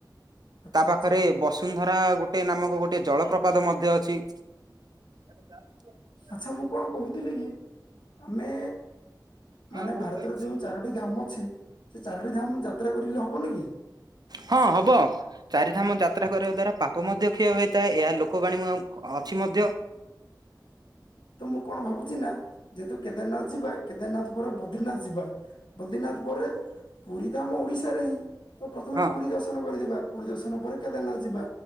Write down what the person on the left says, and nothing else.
ଆଚ୍ଛା
ଆଚ୍ଛା
ଆଚଛା ମୁଁ କଣ କହୁଥିଲି କି? ଆମେ ମାନେ
ଭାରତର
ଯେଉଁ ଚାରୋଟି ଧାମ ଅଛି ସେ ଚାରୋଟି ଧାମ ଯାତ୍ରା କରେ ହବନ କି?
ତ ମୁଁ କଣ ଭାବୁଛି ନା, ଯେହେତୁ କେଦାରନାଥ ଯିବା କେଦାରନାଥ ପରେ ବଦ୍ରିନାଥ ଯିବା। ବଦ୍ରିନାଥ ପରେ ପୁରୀତ ଆମ ଓଡିଶାରେ ହିଁ। ତ ପ୍ରଥମେ
ପୁରୀ ଦର୍ଶନ କରିଦିବା। ପୁରୀ ଦର୍ଶନ ପରେ କେଦାରନାଥ ଯିବା।